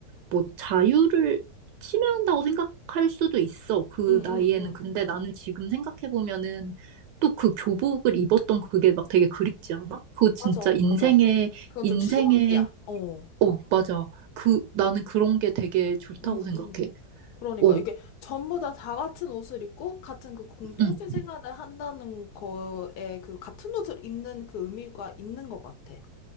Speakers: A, on the right; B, on the left.
A: 뭐 자유를 침해한다고 생각할 수도 있어. 그
B: 응,
A: 나이에는.
B: 응, 응.
A: 근데 나는 지금 생각해 보면은 또 그 교복을 입었던 그게 막 되게 그립지 않아? 그거 진짜
B: 맞아,
A: 인생의
B: 맞아. 그건
A: 인생의
B: 좀 추억이야. 어,
A: 어, 맞아. 그 나는 그런 게 되게 좋다고
B: 응,
A: 생각해.
B: 응. 그러니까
A: 어,
B: 이게 전부 다 다 같은 옷을 입고 같은 그 공동체
A: 응.
B: 생활을 한다는 거에 그 같은 옷을 입는 그 의미가 있는 것 같아.